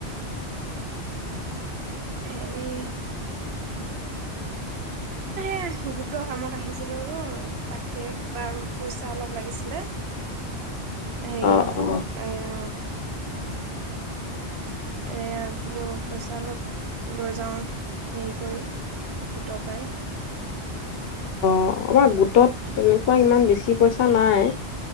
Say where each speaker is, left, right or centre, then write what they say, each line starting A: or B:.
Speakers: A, on the right; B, on the left.
A: হেৰি এহ্, গোটৰ কামত আহিছিলোঁটো, তাকে কিবা পইচা অলপ লাগিছিলে। হেৰি
B: অ
A: বোলো,
B: অ
A: আয়া এইয়া বোলো, পইচা অলপ, লৈ যাওঁ হেৰি কৰি, গোটৰ পৰাই।
B: অ', আমাৰ গোটত তেনেকুৱা ইমান বেছি পইচা নাই,